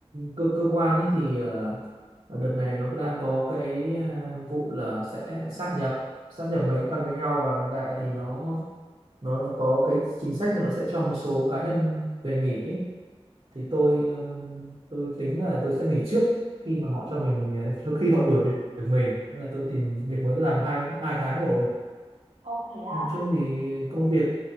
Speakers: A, on the right; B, on the right.
A: cơ, cơ quan ấy thì ờ, ờ, đợt này nó đang có cái ờ, vụ là sẽ sát nhập sát nhập mấy con với nhau và hiện tại thì nó nó có cái chính sách là nó sẽ cho một số cá nhân về nghỉ ấy. thì tôi ờ, tôi tính là tôi sẽ nghỉ trước khi mà họ cho mình ờ, trước khi họ đuổi việc việc mình nên là tôi tìm việc mới tôi làm được hai hai tháng rồi
B: Ô thế
A: nói
B: à?
A: chung thì công việc